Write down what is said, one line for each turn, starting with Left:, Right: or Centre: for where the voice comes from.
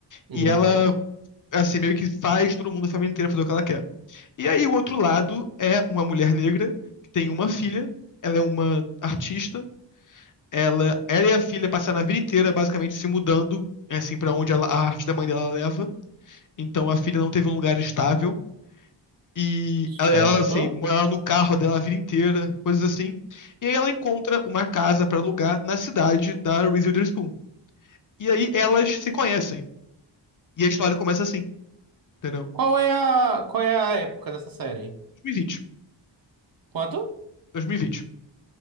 Right: Hum,
Left: E ela, assim, meio que faz todo mundo, a família inteira, fazer o que ela quer. E aí, o outro lado é uma mulher negra, que tem uma filha, ela é uma artista, ela, ela e a filha passaram a vida inteira, basicamente, se mudando, assim, pra onde ela- a arte da mãe dela leva. Então, a filha não teve um lugar estável E
Right: certo.
Left: ela, ela, assim, morava no carro dela a vida inteira, coisas assim. E aí ela encontra uma casa pra alugar na cidade da Reese Witherspoon. E aí elas se conhecem. E a história começa assim, entendeu?
Right: Qual é a, qual é a época dessa série?
Left: 2020.
Right: Quanto?
Left: 2020.